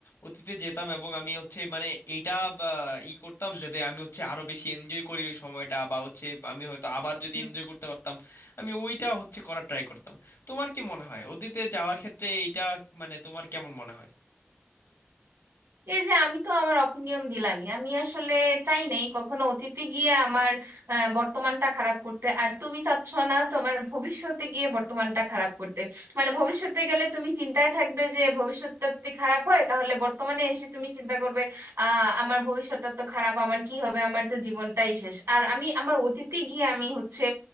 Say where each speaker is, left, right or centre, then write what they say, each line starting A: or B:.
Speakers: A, on the left; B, on the right.
A: অতীতে যেতাম এবং আমি হচ্ছে মানে এইটা বা ই করতাম যাতে আমি হচ্ছে আরো বেশি এনজয় করি ওই সময়টা বা হচ্ছে আমি হয়তো আবার যদি
B: হুম।
A: এনজয় করতে পারতাম আমি ওইটা হচ্ছে করার ট্রাই করতাম তোমার কি মনে হয় অতীতে যাওয়ার ক্ষেত্রে এইটা মানে তোমার কেমন মনে হয়
B: এই যে আমি তো আমার অপিনিয়ন দিলামই আমি আসলে চাই নাই কখনো অতীতে গিয়ে আমার আহ, বর্তমানটা খারাপ করতে আর তুমি চাচ্ছ না তোমার ভবিষ্যতে গিয়ে বর্তমানটা খারাপ করতে মানে ভবিষ্যতে গেলে তুমি চিন্তায় থাকবে যে ভবিষ্যৎটা যদি খারাপ হয় তাহলে বর্তমানে এসে তুমি চিন্তা করবে আহ আমার ভবিষ্যৎটা তো খারাপ আমার কি হবে আমার তো জীবনটাই শেষ আর আমি আমার অতীতে গিয়ে আমি হচ্ছে